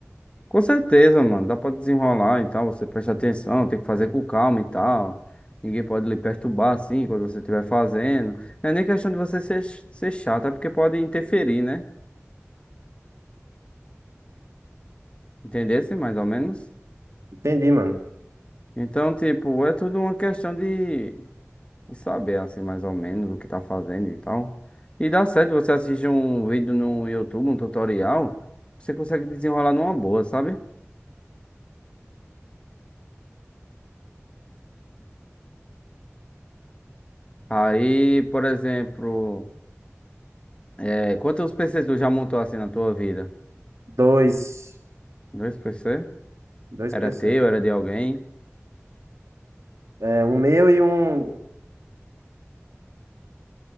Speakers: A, on the left; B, on the right.
A: Com certeza, mano. Dá pra desenrolar e tal. Você presta atenção, tem que fazer com calma e tal. Ninguém pode lhe perturbar assim quando você estiver fazendo. Não é nem questão de você ser, ser chato, é porque pode interferir, né? Entendesse mais ou menos?
B: Entendi, mano.
A: Então, tipo, é tudo uma questão de. e saber assim mais ou menos o que tá fazendo e tal. E dá certo, você assiste um vídeo no YouTube, um tutorial, você consegue desenrolar numa boa, sabe? Aí, por exemplo, é, quantos PCs tu já montou assim na tua vida?
B: Dois,
A: Dois PC?
B: dois
A: Era
B: PC.
A: teu, era de alguém?
B: É, um meu e um.